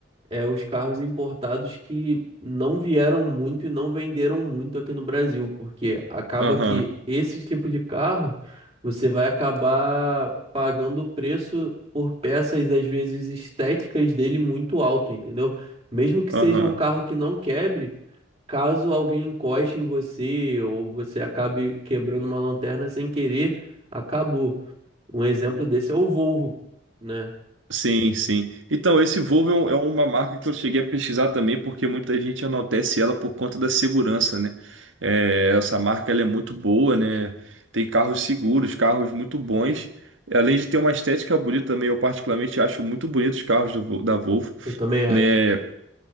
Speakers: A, on the right; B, on the right.
A: é os carros importados que não vieram muito e não venderam muito aqui no Brasil, porque acaba
B: Aham,
A: que esse tipo de carro você vai acabar pagando o preço por peças, às vezes estéticas dele muito alto, entendeu? Mesmo que seja
B: aham.
A: um carro que não quebre. Caso alguém encoste em você ou você acabe quebrando uma lanterna sem querer, acabou. Um exemplo desse é o Volvo, né?
B: Sim, sim. Então, esse Volvo é, um- é uma marca que eu cheguei a pesquisar também, porque muita gente enaltece ela por conta da segurança, né? É, essa marca, ela é muito boa, né? Tem carros seguros, carros muito bons. Além de ter uma estética bonita também, eu particularmente acho muito bonitos os carros do Vol- da Volvo,
A: Eu também acho.
B: né?